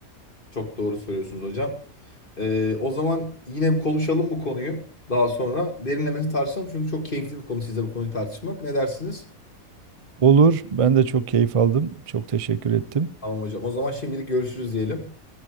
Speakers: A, on the left (about 40°); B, on the right (about 50°).
A: Çok doğru söylüyorsunuz hocam. Ee, o zaman yine bir konuşalım bu konuyu. Daha sonra derinlemesi tartışalım. Çünkü çok keyifli bir konu sizle bu konuyu tartışmak. Ne dersiniz?
B: Olur. Ben de çok keyif aldım. Çok teşekkür ettim.
A: Tamam hocam. O zaman şimdilik görüşürüz diyelim.